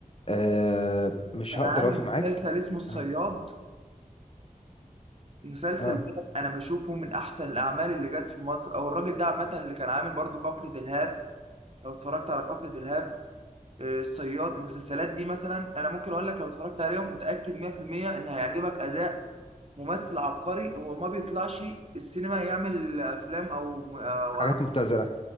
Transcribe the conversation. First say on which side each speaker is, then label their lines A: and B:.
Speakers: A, on the left (about 40°); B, on the right (about 45°).
A: أه مش
B: كان
A: هقدر
B: عامل
A: اوفي معاك
B: مسلسل اسمه الصياد
A: اه
B: مسلسل
A: اه
B: ده انا بشوفه من احسن الاعمال اللي جت في مصر او الراجل ده عامه اللي كان عامل برضو كفر دلهاب لو اتفرجت على كفر دلهاب آه، الصياد المسلسلات دي مثلا انا ممكن اقول لك لو اتفرجت عليهم متاكد 100% ان هيعجبك اداء ممثل عبقري هو ما بيطلعش السينما يعمل افلام او أو
A: حاجات مبتذله